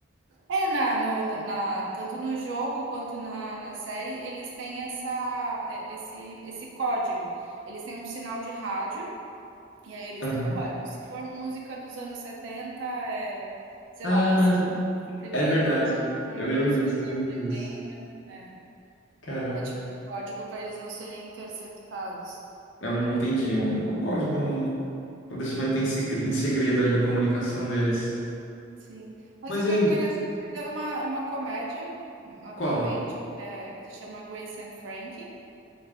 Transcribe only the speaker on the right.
é, é na, no, na, tanto no jogo quanto na, na série, eles têm essa, é- esse, esse código. Eles têm um sinal de rádio e aí eles
têm um código. Se for música dos anos setenta é, sei
lá, preciso de suprimento.
Se for
música
dos
anos
oitenta é,
é tipo um código para eles não serem interceptados.
Sim. Mas
o que
eu tenho assistido é uma é uma comédia, hum, atualmente,
que é que chama Grace and Frankie,